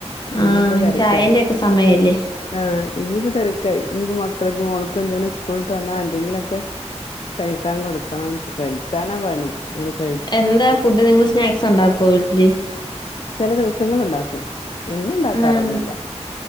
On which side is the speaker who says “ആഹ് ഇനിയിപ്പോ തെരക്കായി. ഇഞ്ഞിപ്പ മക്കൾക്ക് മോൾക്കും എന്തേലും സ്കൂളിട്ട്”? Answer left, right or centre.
Left